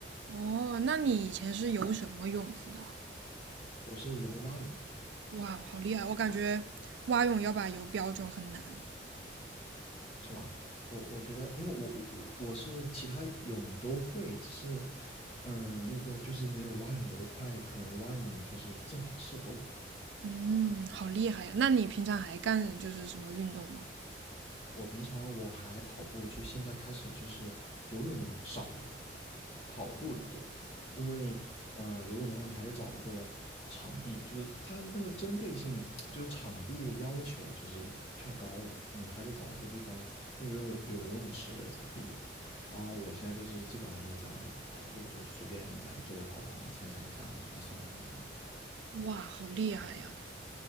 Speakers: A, on the right; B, on the left.
A: 哦，那你以前是游什么泳姿的？
B: 我是游蛙泳，的。
A: 哇，好厉害！我感觉蛙泳要把游标准很难。
B: 是吧？我我觉得，因为我我我我是其他泳都会，只是，嗯、那个就是没有蛙泳游得快，可能蛙泳就是正好适合我。
A: 嗯，好厉害呀！那你平常还干就是什么运动吗？
B: 我平常我还跑步，就现在开始就是游泳少了，跑步的多，因为呃游泳的话，你还得找一个场地，就是它那个针对性，就是场地的要求就是太高了，你还得找一个地方要有有游泳池才可以游。然后我现在就是基本上就是在跑步，就是随便在周围跑跑，然后参加一下马拉松啊什么之类的。
A: 哇，好厉害呀！